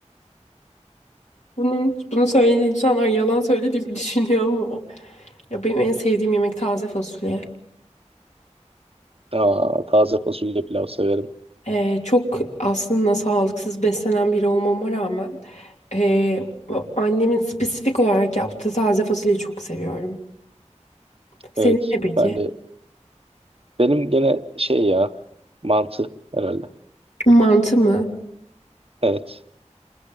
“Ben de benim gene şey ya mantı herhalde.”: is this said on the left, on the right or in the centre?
Right